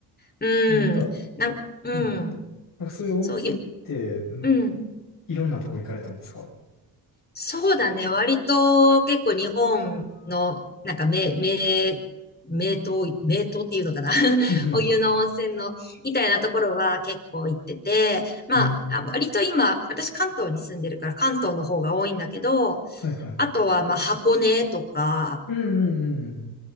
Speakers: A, on the left (about 20°); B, on the left (about 45°).
A: うん。
B: う。なんか、
A: なん、うん。
B: うん。なんかそういう温泉って、
A: そう、ゆ、
B: ん
A: うん。
B: いろんなとこ行かれたんですか
A: そうだね。割と結構日本の、なんか名、名、名湯、名湯っていうのかな <laughs>
B: うん
A: お湯の温泉の、みたいなところは結構行ってて、まあ、
B: うん。へえ
A: あ割と今、私関東に住んでるから関東の方が多いんだけど、
B: はいはい。
A: あとは、まあ、箱根とか、
B: うんうんうんうん。